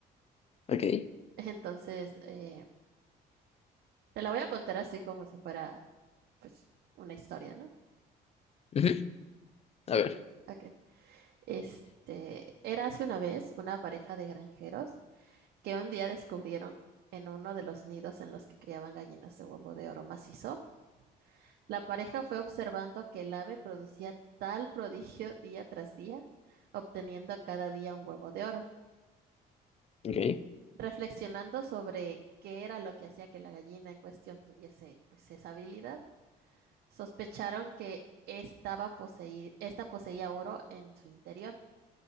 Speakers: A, on the left; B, on the right.
A: ok.
B: <laughs> Entonces, eh, te la voy a contar así como si fuera, pues, una historia, ¿no?
A: Ujú, A
B: En-
A: ver,
B: ok. Este, era hace una vez una pareja de granjeros que un día descubrieron en uno de los nidos en los que criaban gallinas de huevo de oro macizo. La pareja fue observando que el ave producía tal prodigio día tras día, obteniendo cada día un huevo de oro.
A: ok.
B: Reflexionando sobre qué era lo que hacía que la gallina en cuestión tuviese, pues, esa habilidad Sospecharon que estaba poseí- esta poseía oro en su interior.